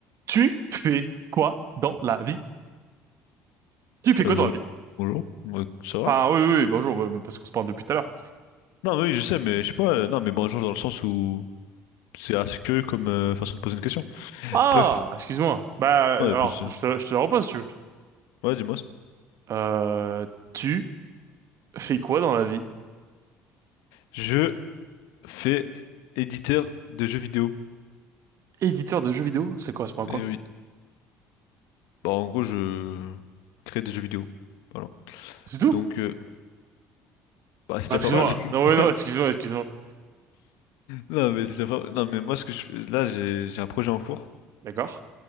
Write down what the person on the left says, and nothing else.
Euh,
bonjour, Ouais, ça va?
Non, mais oui, je sais, mais je sais pas. euh, non, mais bonjour dans le sens où c'est assez curieux comme euh, façon de poser une question.
Bref,
ouais, pas de souci.
Ouais, dis-moi.
Je fais éditeur de jeux vidéo.
Et oui. Bah, en gros, je crée des jeux vidéo. Voilà.
Donc, euh, bah, c'est
déjà
pas mal. <laughs>
Non, mais c'est déjà pas... Non, mais moi, ce que je fais... là, j'ai j'ai un projet en cours.